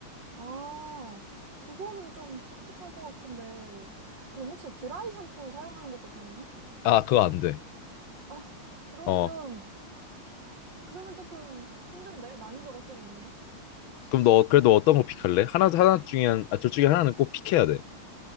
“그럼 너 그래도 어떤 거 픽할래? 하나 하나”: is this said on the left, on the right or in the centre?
Left